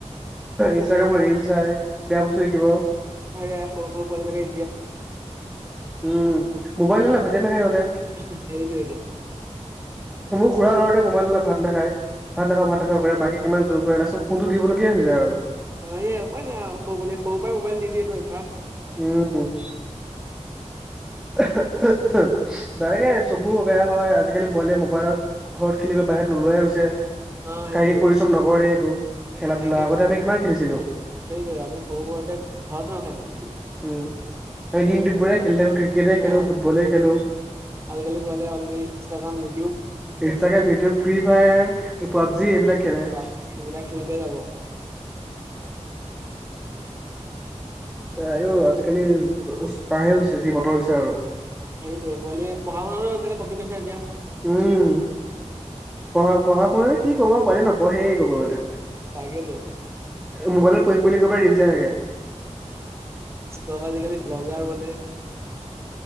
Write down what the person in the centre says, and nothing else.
ইনষ্টাগ্ৰামত
ৰিল চাই, বেয়া বস্তু শিকিব।
উম', মোবাইল নহলে ভাতে নাখায় সিহঁতে।
মোৰ খুৰাৰ লৰাটোৱে মোবাইল নহলে ভাত নাখায়। ভাত নাখাওঁ, ভাত নাখাওঁ
কৰে। মাকে কিমান জোৰ কৰে। কৰে তাৰপাচত ফোনটো দিবলগীয়া হয় যায় আৰু।
উম, উম। ডাইৰেক্টকে চকু বেয়া হয়, আজিকালি পোৱালীয়ে মোবাইলত ঘৰত খেলিব, বাহিৰত নোলোৱাই হৈছে।
শাৰীৰিক পৰিশ্ৰম নকৰে। একো খেলা-
ধূলা, আগতে আমি কিমান খেলিছিলো।
উম। আমি দিন দুপৰীয়াই
খেলি থাকো। ক্ৰিকেটেই খেলোঁ,
ফুটবলে খেলোঁ।
Instagram, YouTube, Free Fire, PUBG এইবিলাক খেলে।
আও আজিকালি কাহে হৈছে যি বতৰ হৈছে আৰু।
উম পঢ়া পঢ়া শুনাত কি ক'ব পাৰি নপঢ়েই ক'ব গলে।
মোবাইলত পঢ়িম বুলি কই পেলাই ৰিল চাই থাকে।